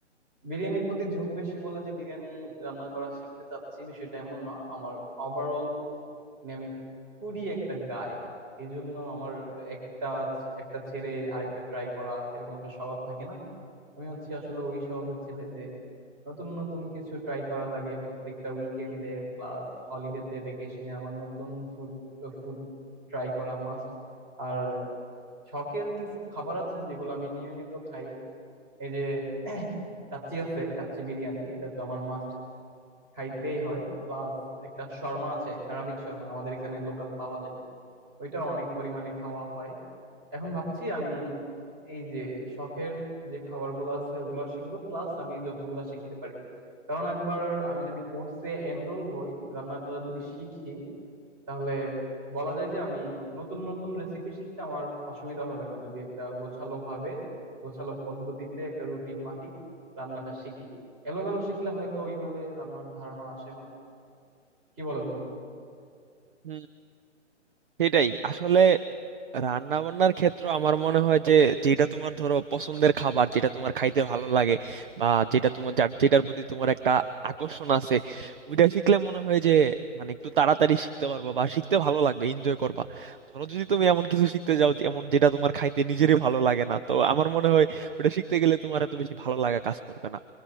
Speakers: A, on the right; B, on the right.
A: বিরিয়ানির প্রতি ঝোঁক বেশি বলে যে বিরিয়ানি রান্না করা শিখতে চাচ্ছি বিষয়টা এমন না আমার ওভারঅল মানে আমি পুরি একটা গায় এই জন্য আমার একটা ছে- একটা ছেড়ে আরেকটা ট্রাই করা এরকম একটা স্বভাব থাকে না আমি হচ্ছে আসলে ওই স্বভাবের ছেলে যে নতুন নতুন কিছু ট্রাই করা লাগে প্রত্যেকটা উইকেন্ডে প্লাস হলিডেতে ভেকেশনে আমার নতুন ফুড ফুড ট্রাই করা মাস্ট আর শখের কিছু খাবার আছে যেগুলো আমি নিয়মিত খাই এই যে <clears throat> কাচ্চি আছে কাচ্চি বিরিয়ানি এটা তো আমার মাস্ট খাইতেই হয় প্লাস একটা শর্মা আছে অ্যারাবিক শর্মা আমাদের এখানে লোকাল পাওয়া যায় ওইটা অনেক পরিমাণে খাওয়া হয় এখন ভাবছি আমি এই যে শখের যে খাবারগুলো আছে ওগুলো শিখবো প্লাস আমি যতগুলো শিখতে পারি কারণ একবার আমি যদি কোর্সে এনরোল হই রান্নাটা যদি শিখি তাহলে বলা যায় যে আমি নতুন নতুন রেসিপি শিখতে আমার অসুবিধা হবে না যদি একটা গোছালো ভাবে গোছালো পদ্ধতিতে একটা রুটিন মাফিক রান্নাটা শিখি এলোমেলো শিখলে হয়তো ওইভাবে রান্নার ধারণা আসে না কি বলো তুমি
B: হুম সেটাই আসলে রান্না বান্নার ক্ষেত্রে আমার মনে হয় যে যেটা তোমার ধরো পছন্দের খাবার যেটা তোমার খাইতে ভালো লাগে বা যেটা তোমার যার- যেটার প্রতি তোমার একটা আকর্ষণ আছে ওইটা শিখলে মনে হয় যে মানে একটু তাড়াতাড়ি শিখতে পারবা বা শিখতে ভালো লাগবে এনজয় করবা ধরো যদি তুমি এমন কিছু শিখতে যাও যে- এমন যেটা তোমার খাইতে নিজেরই ভালো লাগে না তো আমার মনে হয় ওটা শিখতে গেলে তোমার এত বেশি ভালো লাগা কাজ করবে না